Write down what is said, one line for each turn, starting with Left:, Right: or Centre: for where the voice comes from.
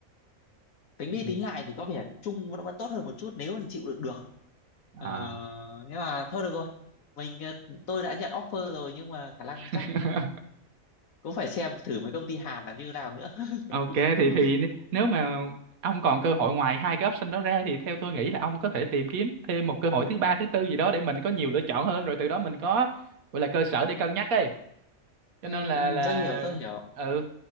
Left: tính
Right: ừ.
Left: đi tính lại thì có vẻ chung nó vẫn tốt hơn một chút nếu anh chịu đựng được Ờ,
Right: à
Left: nhưng mà thôi được rồi mình ờ, tôi đã nhận offer rồi nhưng mà khả năng chắc
Right: <laughs>
Left: cũng phải xem thử mấy công ty Hàn là như nào nữa
Right: Ok
Left: <laughs>
Right: thì
Left: ừ,
Right: thì n- nếu mà ông còn cơ hội ngoài hai cái option đó ra thì theo tôi nghĩ là ông có thể tìm kiếm thêm một cơ hội thứ ba thứ tư gì đó để mình có nhiều lựa chọn hơn rồi từ đó mình có gọi là cơ sở để cân nhắc ấy cho
Left: ừ,
Right: nên là
Left: ừ,
Right: là
Left: tôi hiểu tôi hiểu
Right: ừ